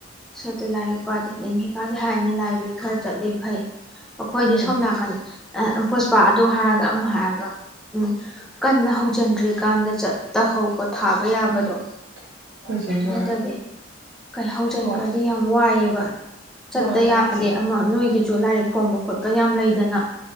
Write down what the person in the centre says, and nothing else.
ꯁꯠꯇꯨ ꯂꯥꯏꯔꯤꯛ ꯄꯥꯗꯦ ꯅꯡꯗꯤ ꯍꯥꯢꯅ ꯍꯥꯏꯅ ꯂꯥꯏꯕ꯭ꯔꯦꯔꯤ ꯈꯔ ꯆꯠꯂꯤ ꯐꯩ ꯑꯩꯈꯣꯏꯗꯤ
ꯁꯣꯝ ꯅꯥꯀꯟ ꯑ ꯄꯨꯁꯄꯥ ꯑꯗꯨ ꯍꯥꯏꯔꯒ ꯑꯃꯨꯛ ꯍꯥꯏꯔꯒ ꯎꯝ ꯀꯟꯅ ꯍꯧꯖꯤꯟꯗ꯭ꯔꯤꯀꯥꯟꯗ ꯆꯠ ꯇꯍꯧꯕ ꯊꯥꯕ ꯌꯥꯕꯗꯣ
ꯅꯠꯇꯗꯤ ꯀꯩ ꯍꯧꯖꯤꯟꯈ꯭ꯔꯗꯤ
ꯌꯥꯝ ꯋꯥꯏꯑꯌꯦꯕ ꯆꯠꯇ
ꯌꯥꯗꯦ
ꯑꯃ ꯅꯣꯏꯒꯤ ꯁꯨ ꯂꯥꯏꯔꯤꯛ ꯐꯣꯡꯕ ꯈꯣꯠꯄ ꯌꯥꯝ ꯂꯩꯗꯅ